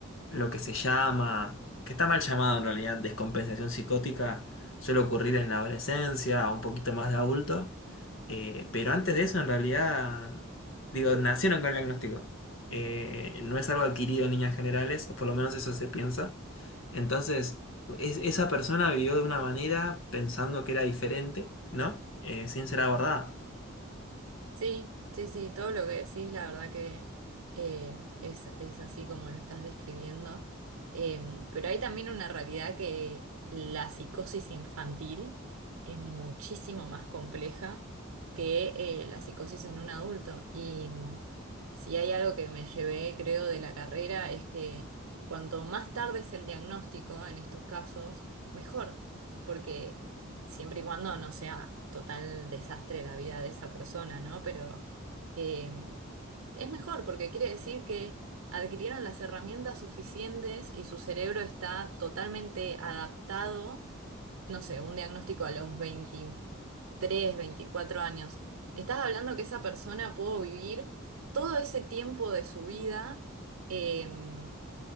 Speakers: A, on the left (about 65°); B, on the right (about 80°).
A: lo que se llama, que está mal llamado en realidad, descompensación psicótica, suele ocurrir en la adolescencia o un poquito más de adulto, eh, pero antes de eso en realidad, digo, nacieron con el diagnóstico. Eh, no es algo adquirido en líneas generales, o por lo menos eso se piensa. Entonces, es- esa persona vivió de una manera pensando que era diferente, ¿no? Eh, sin ser abordada.
B: Sí, sí, sí, todo lo que decís, la verdad que eh, es, es así como lo estás describiendo. Eh, pero hay también una realidad que la psicosis infantil es muchísimo más compleja que eh, la psicosis en un adulto. Y mm, si hay algo que me llevé, creo, de la carrera es que cuanto más tarde es el diagnóstico en estos casos, mejor. Porque siempre y cuando no sea total desastre la vida de esa persona, ¿no? Pero eh, es mejor porque quiere decir que adquirieron las herramientas suficientes y su cerebro está totalmente adaptado, no sé, un diagnóstico a los veintitrés veinticuatro años. Estás hablando que esa persona pudo vivir todo ese tiempo de su vida. eh,